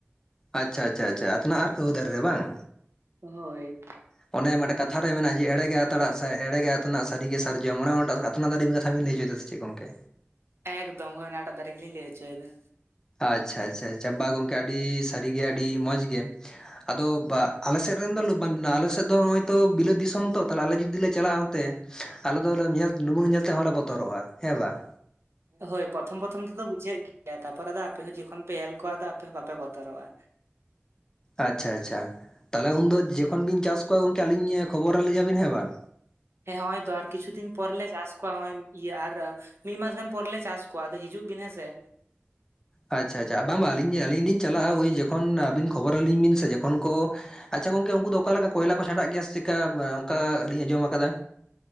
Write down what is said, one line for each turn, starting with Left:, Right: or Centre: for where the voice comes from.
Left: ᱟᱪᱪᱷᱟ ᱟᱪᱪᱷᱟ ᱟᱛᱱᱟᱜ ᱟᱨ ᱠᱟᱹᱣᱦᱟᱹ ᱫᱟᱨᱮ ᱨᱮ ᱵᱟᱝ?
Right: ᱦᱳᱭ᱾
Left: ᱚᱱᱮ ᱢᱟᱱᱮ ᱠᱟᱛᱷᱟ ᱨᱮ ᱢᱮᱱᱟᱜᱼᱟ ᱮᱲᱮ ᱜᱮ ᱟᱛᱱᱟᱜ ᱮᱲᱜᱮ ᱟᱛᱱᱟᱜ ᱥᱟᱹᱨᱤᱮ ᱥᱟᱨᱡᱚᱢ ᱚᱱᱮᱚᱱᱴᱟᱜ ᱠᱟᱛᱱᱟᱜ ᱫᱮ ᱠᱟᱛᱷᱟ ᱵᱤᱱ ᱞᱟᱹᱭ ᱪᱚᱭᱮᱫᱟ ᱟᱥᱮᱼᱼ ᱪᱮᱫ ᱜᱚᱝᱠᱮ?
Right: ᱮᱠᱫᱚᱢ ᱦᱳᱭ ᱚᱱᱟᱴᱟᱜ ᱫᱟᱨᱮ ᱜᱮᱞᱤᱧ ᱞᱟᱹᱭ ᱦᱚᱪᱚ ᱭᱮᱫᱟ
Left: ᱟᱪᱪᱷᱟ ᱟᱪᱪᱷᱟ ᱟᱪᱪᱷᱟ ᱵᱟ ᱜᱚᱝᱠᱮ ᱟᱹᱰᱤ ᱥᱟᱹᱨᱤ ᱜᱮ ᱟᱹᱰᱤ ᱢᱚᱸᱡᱽ ᱜᱮ ᱟᱫᱚ ᱟᱞᱮ ᱥᱮᱫ ᱨᱮᱱ ᱫᱚ ᱟᱞᱮ ᱥᱮᱫ ᱫᱚ ᱱᱚᱜᱼᱚᱭ ᱛᱚ ᱵᱤᱞᱟᱹᱫ ᱫᱤᱥᱚᱢ ᱛᱚ ᱛᱟᱦᱞᱮ ᱟᱞᱮ ᱡᱩᱫᱤ ᱞᱮ ᱪᱟᱞᱟᱜᱼᱟ ᱚᱱᱛᱮᱼᱼ ᱟᱞᱮ ᱫᱚ ᱧᱮᱞ ᱰᱩᱵᱟᱹᱝ ᱧᱮᱞ ᱛᱮᱦᱚᱸᱞᱮ ᱵᱚᱛᱚᱨᱚᱜᱼᱟ ᱦᱮᱸ ᱵᱟᱝ?
Right: ᱦᱳᱭ ᱯᱨᱚᱛᱷᱚᱢ ᱯᱨᱚᱛᱷᱚᱢ ᱛᱮᱫᱚ ᱵᱩᱡᱷᱟᱹᱜ ᱜᱮᱭᱟ ᱛᱟᱨᱯᱚᱨ ᱟᱫᱚ ᱟᱯᱮ ᱦᱚᱸ ᱡᱚᱠᱷᱚᱱ ᱯᱮ ᱮᱞ ᱠᱚᱣᱟ ᱟᱫᱚ ᱟᱯᱮ ᱦᱚᱸ ᱵᱟᱯᱮ ᱵᱚᱛᱚᱨᱚᱜᱼᱟ᱾
Left: ᱟᱪᱪᱷᱟ ᱟᱪᱪᱷᱟ ᱛᱟᱦᱚᱞᱮ ᱩᱱᱫᱚ ᱡᱚᱠᱷᱚᱱ ᱵᱤᱱ ᱪᱟᱥ ᱠᱚᱣᱟ ᱜᱚᱝᱠᱮ ᱟᱹᱞᱤᱧ ᱠᱷᱚᱵᱚᱨ ᱟᱹᱞᱤᱧᱟ ᱵᱤᱱ ᱦᱮᱸ ᱵᱟᱝ?
Right: ᱦᱮᱸ ᱦᱚᱸᱜᱼᱚᱭ ᱛᱚ ᱟᱨ ᱠᱤᱪᱷᱩ ᱫᱤᱱ ᱯᱚᱨ ᱞᱮ ᱪᱟᱥ ᱠᱚᱣᱟᱜ ᱤᱭᱟᱹ ᱟᱨᱼᱼ ᱢᱤᱫ ᱢᱟᱥ ᱜᱟᱱ ᱯᱚᱨᱮ ᱞᱮ ᱪᱟᱥ ᱠᱚᱣᱟ ᱟᱫᱚ ᱦᱤᱡᱩᱜ ᱵᱤᱱ ᱦᱮᱸᱥᱮ
Left: ᱟᱪᱪᱷᱟ ᱟᱪᱪᱷᱟ ᱵᱟᱝ ᱵᱟᱝ ᱟᱹᱞᱤᱧ ᱡᱮ ᱟᱹᱞᱤᱧ ᱞᱤᱧ ᱪᱟᱞᱟᱜᱼᱟ ᱦᱳᱭ ᱡᱚᱠᱷᱚᱱ ᱟᱹᱵᱤᱱ ᱠᱷᱚᱵᱚᱨ ᱟᱹᱞᱤᱧ ᱵᱤᱱ ᱥᱮ ᱡᱚᱠᱷᱚᱱ ᱠᱚ ᱟᱪᱪᱷᱟ ᱜᱚᱝᱠᱮ ᱩᱱᱠᱩ ᱫᱚ ᱚᱠᱟᱞᱮᱠᱟ ᱠᱚᱭᱞᱟ ᱠᱚ ᱪᱷᱟᱰᱟᱜ ᱜᱮᱭᱟ ᱪᱮᱠᱟ ᱚᱱᱠᱟᱞᱤᱧ ᱟᱸᱡᱚᱢ ᱟᱠᱟᱫᱟ᱾